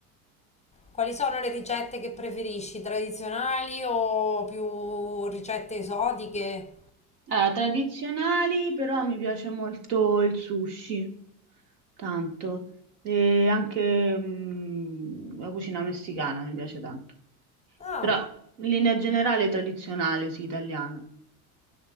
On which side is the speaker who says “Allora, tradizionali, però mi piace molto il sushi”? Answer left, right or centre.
Right